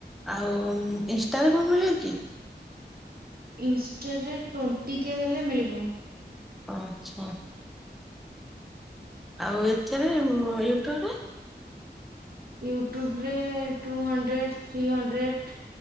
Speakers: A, in the centre; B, on the right.
A: ଆଉ ଉମ୍ ଇନଷ୍ଟାରେ କଣ ମିଳେ କି?
B: ଇନଷ୍ଟାରେ ଟ୍ୱେଣ୍ଟି କେ ହେଲେ ମିଳିବ।
A: ଆଚ୍ଛା। ଆଉ ଏଥିରେ ୟୁଟ୍ୟୁବ ରେ?
B: ୟୁଟ୍ୟୁବ ରେ two hundred three hundred.